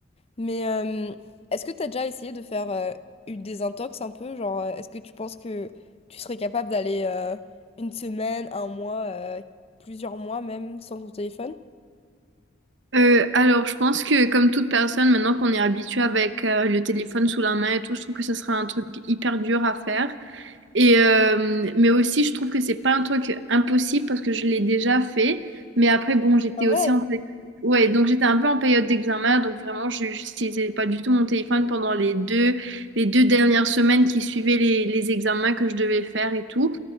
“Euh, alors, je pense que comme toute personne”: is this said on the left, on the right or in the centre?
Right